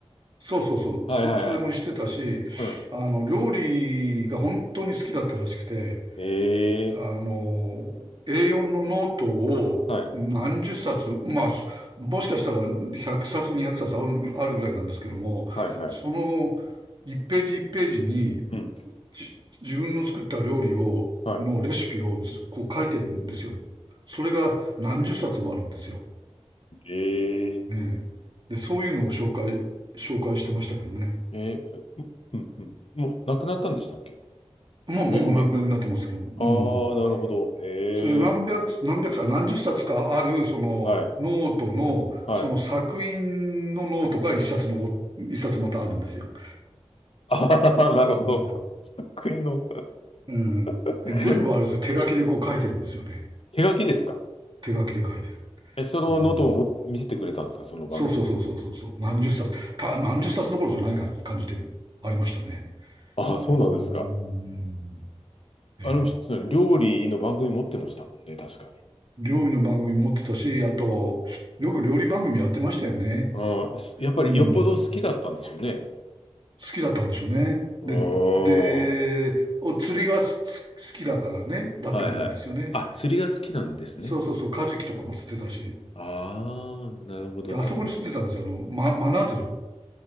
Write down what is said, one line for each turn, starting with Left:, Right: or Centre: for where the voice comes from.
Right: そうそうそう。
Left: はいはいはい。
Right: そ、それもしてたし、
Left: うん。
Right: あの、料理が本当に好きだったらしくて、
Left: ええ
Right: あの、A4 のノートを何十冊、
Left: ーはい。
Right: まあ、すもしかしたら100冊、200冊ある、あるぐらいなんですけども、
Left: はいはい。
Right: その1ページ1ページに
Left: うん。
Right: じ自分の作った料理を、
Left: はい。
Right: のレシピをずこう書いてるんですよ。それが何十冊もあるんですよ。
Left: ええ
Right: ええ。で、そういうのを紹介、紹介してましたけどね。
Left: ーえーうん。うん。もう、亡くなったんでしたっけ
Right: まあ、
Left: め、
Right: もうお亡くなりになってますけども。
Left: め、ああー、
Right: うん。
Left: なるほど。ええ
Right: それで何百、何百冊、何十冊かある、その、
Left: ーはい。
Right: ノートの、
Left: はい。
Right: その作品のノートが一冊残っ、
Left: <laughs>
Right: 一冊またあるんですよ。
Left: ああ、なるほど。
Right: うん。
Left: 国の
Right: うん。
Left: <laughs>
Right: で全部あれですよ。手書きでこう書いてるんですよね。
Left: 手書きですか
Right: 手書きで書いてる。
Left: え、そのノートをも見せてくれたんですかその番組。
Right: うん。そうそうそうそうそうそう。何十冊、た、何十冊どころじゃない感じ感じでありましたね。
Left: ああ、そうなんですか。
Right: うーん。ええ
Left: あの人、料理の番組持ってましたもんね、確かに。
Right: 料理の番組持ってたし、あと、よく料理番組やってましたよね。
Left: うん、すやっぱりよっぽど好きだったんでしょうね。
Right: うん。好きだったんでしょうね。
Left: うーん。
Right: で、で、お釣りがすす好きだからね、だったんですよね。
Left: はいはい。あ、釣りが好きなんですね。
Right: そうそうそう、カジキとかも釣ってたし。
Left: ああ、なるほど、
Right: で、
Left: なるほど。
Right: あそこに住んでたんですよ。あの、ま、真鶴